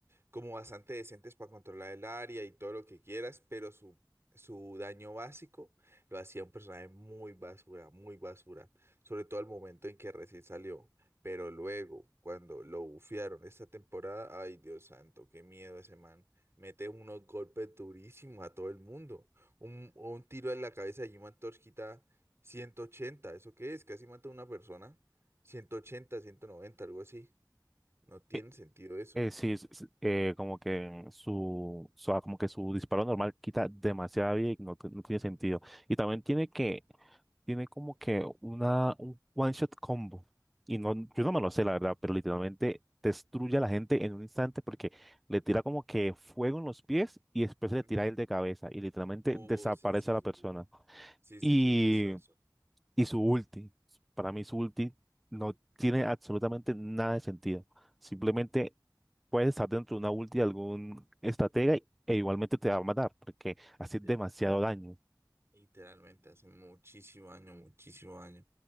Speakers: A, on the right (about 35°); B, in the centre.
A: como bastante decentes para controlar el área y todo lo que quieras, pero su, su daño básico lo hacía un personaje muy basura, muy basura, sobre todo al momento en que recién salió. Pero luego, cuando lo bufearon esta temporada, ay Dios santo, qué miedo ese man. Mete unos golpes durísimos a todo el mundo. Un, un tiro en la cabeza de Human Torch quita 180. ¿Eso qué es? Casi mata a una persona. ciento ochenta, ciento noventa, algo así. No tiene
B: Eh,
A: sentido eso.
B: eh, sí, es- es, eh, como que su, su- ah, como que su disparo normal quita demasiada vida y no, t- no tiene sentido. Y también tiene que tiene como que una, un one shot combo. Y no, yo no me lo sé, la verdad, pero literalmente destruye a la gente en un instante porque le tira como que fuego en los pies y después le
A: Ujú.
B: tira el de cabeza y literalmente
A: Oh,
B: desaparece
A: sí, sí,
B: a
A: sí,
B: la persona.
A: sí. Sí,
B: Y,
A: sí, sí, yo hice eso.
B: y su ulti, para mí su ulti no tiene absolutamente nada de sentido. Simplemente puedes estar dentro de una ulti de algún estratega e igualmente te va a matar porque hace demasiado
A: Sí,
B: daño.
A: literalmente, hace muchísimo año muchísimo año